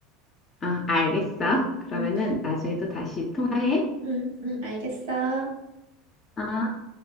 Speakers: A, on the left; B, on the right.
A: 어, 알겠어.
B: 음,
A: 그러면은
B: 음,
A: 나중에 또 다시 통화해.
B: 음, 음, 알겠어.
A: 어.